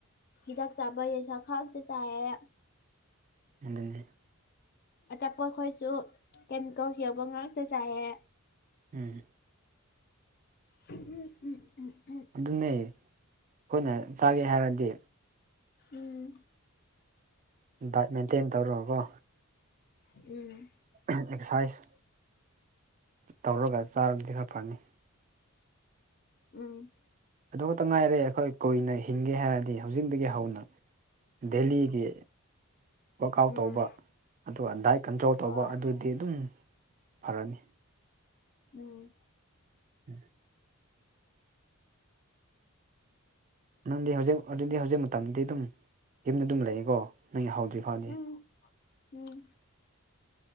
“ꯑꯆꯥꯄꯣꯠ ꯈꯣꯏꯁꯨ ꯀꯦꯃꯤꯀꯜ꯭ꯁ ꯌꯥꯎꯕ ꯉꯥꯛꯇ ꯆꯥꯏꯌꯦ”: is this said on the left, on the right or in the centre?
Left